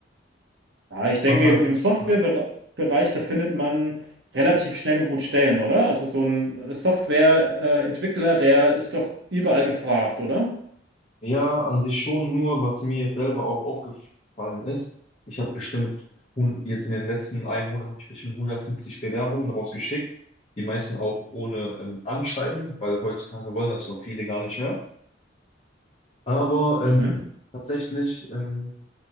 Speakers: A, on the right (about 65°); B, on the left (about 35°).
A: Ja, ich
B: Ich
A: denke,
B: mache halt,
A: im, im Softwarebereich,
B: ja,
A: da findet man relativ schnell und gut Stellen, oder? Also so ein äh, Softwareentwickler, der ist doch überall gefragt, oder?
B: ja, an sich schon nur, was mir jetzt selber auch aufgefallen ist. Ich habe bestimmt, hun- jetzt in den letzten einem Monat habe ich bestimmt 150 Bewerbungen rausgeschickt. Die meisten auch ohne ähm, Anschreiben, weil heutzutage wollen das auch viele gar nicht mehr. Aber ähm,
A: Mhm.
B: tatsächlich ähm,